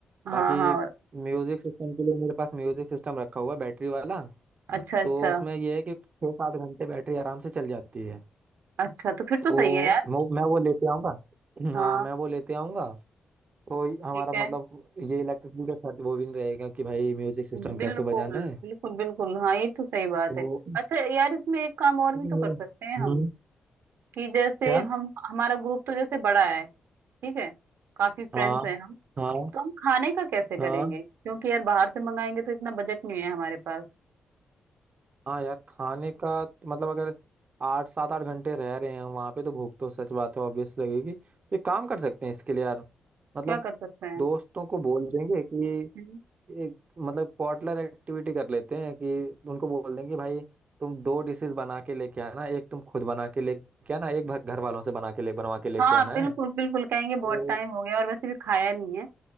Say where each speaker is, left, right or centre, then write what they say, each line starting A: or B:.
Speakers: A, on the right (about 80°); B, on the right (about 40°).
A: हाँ
B: बाकी
A: हाँ
B: म्यूजिक सिस्टम के लिए मेरे पास म्यूजिक सिस्टम रखा हुआ है बैटरी वाला
A: अच्छा अच्छा
B: तो उसमें यह है कि छः सात घंटे बैटरी आराम से चल जाती है
A: अच्छा तो फिर तो
B: तो
A: सही है यार
B: मो- मैं वो लेते आऊँगा
A: हाँ
B: हाँ मैं वो लेते आऊँगा तो हमारा
A: ठीक है
B: मतलब ये इलेक्ट्रिसिटी का खर्च वो भी नहीं रहेगा कि भाई म्यूजिक सिस्टम
A: बिल्कुल
B: कैसे बजाना है
A: बिल्कुल बिल्कुल हाँ ये तो सही बात
B: तो
A: है अच्छा यार इसमें एक काम और भी
B: लेकिन
A: तो कर
B: ये-
A: सकते हैं हम
B: हम्म
A: कि जैसे
B: क्या
A: हम हमारा ग्रुप तो जैसे बड़ा है ठीक है काफी फ्रेंड्स
B: हाँ
A: हैं हम
B: हाँ
A: तो हम खाने का कैसे करेंगे
B: हाँ
A: क्योंकि यार बाहर से मंगाएंगे तो इतना बजट नहीं है हमारे पास
B: हाँ यार खाने का तो मतलब अगर आठ सात आठ घंटे रह रहे हैं हम वहाँ पे तो भूख तो सच बात है ऑब्वियस लगेगी तो एक काम कर सकते हैं इसके लिए यार मतलब
A: क्या कर सकते हैं
B: दोस्तों को बोल देंगे कि
A: हम्म।
B: एक मतलब पॉटलर एक्टिविटी कर लेते हैं कि उनको बोल देंगे कि भाई तुम दो डिशेस बना के लेके आना एक तुम खुद बना के लेके आना एक भर- घर वालों से बना के ले बनवा के लेके
A: हाँ
B: आना
A: बिल्कुल
B: है
A: बिल्कुल कहेंगे
B: तो
A: बहुत टाइम हो गया और वैसे भी खाया नहीं है